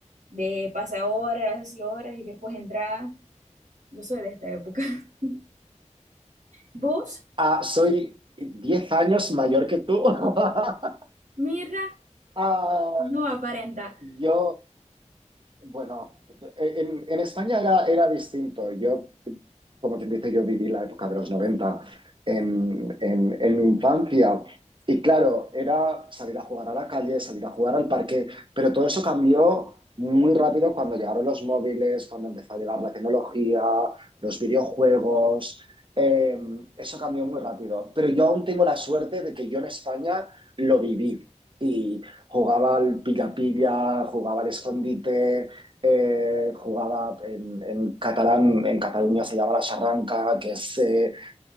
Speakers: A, on the right; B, on the right.
A: de pasar horas y horas y después entrar. Yo soy de esta época. <laughs> ¿Vos?
B: Ah, soy 10 años mayor que tú. <laughs>
A: Mira,
B: Ah,
A: no aparenta.
B: yo, bueno, en, en España era, era distinto. Yo como quien dice, yo viví la época de los 90 en, en, en mi infancia. Y claro, era salir a jugar a la calle, salir a jugar al parque, pero todo eso cambió muy rápido cuando llegaron los móviles, cuando empezó a llegar la tecnología, los videojuegos. eh, eso cambió muy rápido. Pero yo aún tengo la suerte de que yo en España lo viví y jugaba al pilla-pilla, jugaba al escondite, eh, jugaba en, en, catalán, en Cataluña se llama la charranca, que es eh,